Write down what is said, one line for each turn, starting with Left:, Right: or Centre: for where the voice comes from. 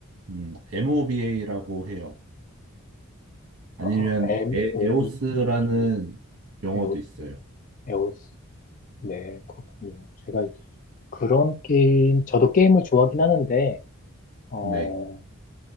Right: 음, MOBA라고 해요. 아니면
Left: 아,
Right: 에,
Left: MOBA,
Right: 에오스라는 용어도
Left: 에오스,
Right: 있어요.
Left: 에오스. 네, 그렇군요. 제가 그런 게임, 저도 게임을 좋아하긴 하는데, 어,
Right: 네.